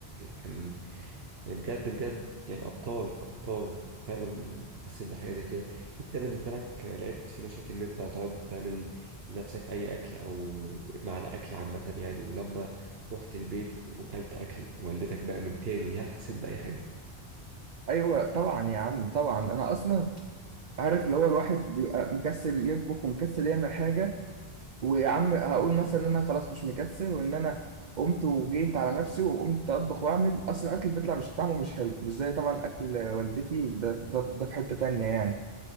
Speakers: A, on the right (about 70°); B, on the right (about 50°).
A: كان يعني بجد بجد يعني ابطال ابطال فعلا حسيت بحاجه زي كده انت بالنسبه لك آه، لقيت في مشاكل ان انت تقعد تعمل لنفسك اي اكل او مع الاكل عامه يعني ولما رحت البيت وكلت اكل والدتك بقى من تاني هل حسيت باي حاجه
B: ايوه طبعا يا عم طبعا انا اصلا عارف اللي هو الواحد بيبقى مكسل يطبخ ومكسل يعمل حاجه ويا عم هقول مثلا ان انا خلاص مش مكسل وان انا قمت وجيت على نفسي وقمت اطبخ واعمل اصلا الاكل بيطلع مش طعمه مش حلو مش زي طبعا اكل والدتي ده, ده, ده في حتة تانية يعني